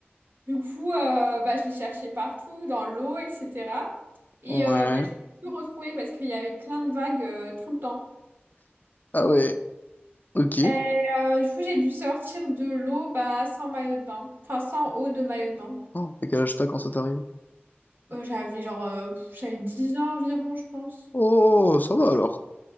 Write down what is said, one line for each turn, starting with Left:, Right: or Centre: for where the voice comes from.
Right: du coup euh, bah, je l'ai cherché partout dans l'eau etc et
Left: Ouais.
Right: euh, bah, je l'ai plus retrouvé parce qu'il y avait plein de vagues euh, tout le temps
Left: Ah ouais. Ok.
Right: et euh, du coup j'ai dû sortir de l'eau bah, sans maillot de bain enfin sans eau de maillot de bain
Left: Oh, t'as quel âge t'as quand ça t'arrive?
Right: Euh, j'avais genre euh, pff, j'avais 10 ans environ je pense
Left: Oh, ça va alors.